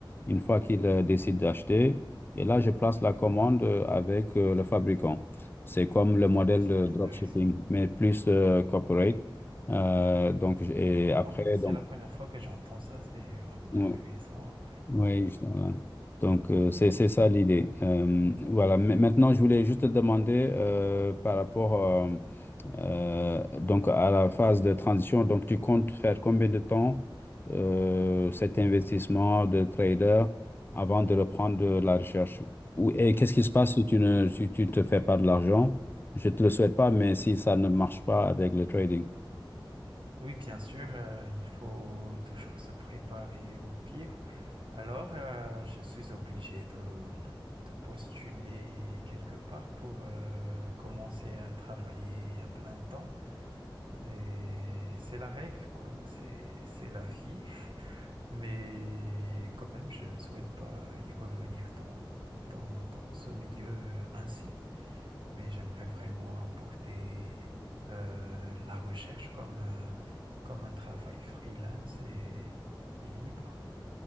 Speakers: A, on the left; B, on the right.
A: une fois qu'il euh, décide d'acheter, et là je place la commande euh, avec euh, le fabricant. C'est comme le modèle
B: C'est
A: de
B: intéressant.
A: dropshipping, mais plus euh, corporate. Euh, donc, j- et après,
B: Ouais, c'est
A: donc,
B: la première fois que j'entends ça, c'est vraiment intéressant.
A: ouais. Oui, justement. Donc, euh, c'est c'est ça l'idée. Euh, voilà. Ma- Maintenant, je voulais juste te demander euh, par rapport euh, euh, donc à la phase de transition. Donc, tu comptes faire combien de temps euh, cet investissement de trader avant de reprendre de la recherche? Ou, et qu'est-ce qui se passe si tu ne si tu te fais pas de l'argent? Je te le souhaite pas, mais si ça ne marche pas avec le trading.
B: Oui, bien sûr, euh, il faut toujours se préparer au pire. Alors, euh, je suis obligé de, de postuler quelque part pour euh, commencer à travailler à plein temps. Et c'est la règle, quoi. C'est, c'est la vie. <laughs> Mais quand même, je ne souhaite pas y revenir dans, dans, dans ce milieu ainsi mais j'aimerais vraiment apporter euh, la recherche comme un, comme un travail freelance et, et libre.